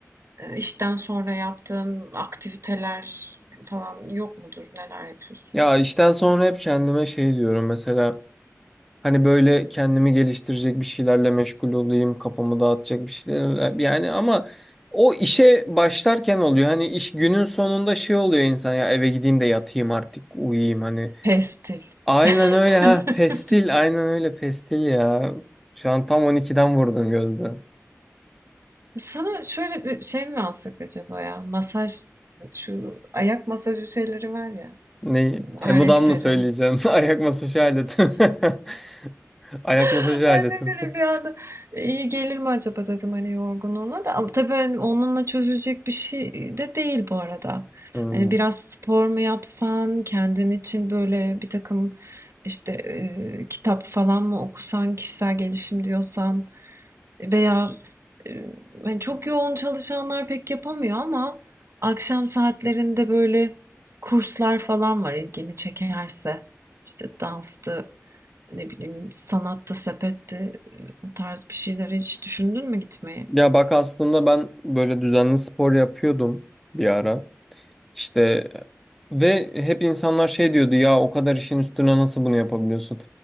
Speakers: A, on the right; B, in the centre.
A: e, işten sonra yaptığın aktiviteler falan yok mudur? Neler yapıyorsun?
B: ya işten sonra hep kendime şey diyorum mesela hani böyle kendimi geliştirecek bir şeylerle meşgul olayım kafamı dağıtacak bir şeyler e, yani ama o işe başlarken oluyor hani iş günün sonunda şey oluyor insan ya eve gideyim de yatayım artık uyuyayım hani
A: Pestil.
B: Aynen
A: <laughs>
B: öyle ha. Pestil. Aynen öyle pestil ya. Şu an tam 12'den vurdun gözde.
A: Sana şöyle bir şey mi alsak acaba ya? Masaj, şu ayak masajı şeyleri var ya,
B: Ne? Temu'dan
A: aletleri.
B: mı söyleyeceğim <laughs> Ayak masajı aleti. <laughs> Ayak
A: <laughs>
B: masajı
A: Ben
B: aleti.
A: de
B: <laughs>
A: böyle bir anda "E, iyi gelir mi acaba dedim hani yorgunluğuna da. Ama tabii hani onunla çözülecek bir şey de değil bu arada.
B: Hmm.
A: Hani biraz spor mu yapsan, kendin için böyle bir takım işte e, kitap falan mı okusan, kişisel gelişim diyorsan veya e, hani çok yoğun çalışanlar pek yapamıyor ama akşam saatlerinde böyle kurslar falan var ilgini çekerse. İşte danstı, ne bileyim, sanatta, sepette, o tarz bir şeylere hiç düşündün mü gitmeyi?
B: Ya bak aslında ben böyle düzenli spor yapıyordum bir ara. İşte ve hep insanlar şey diyordu ya o kadar işin üstüne nasıl bunu yapabiliyorsun?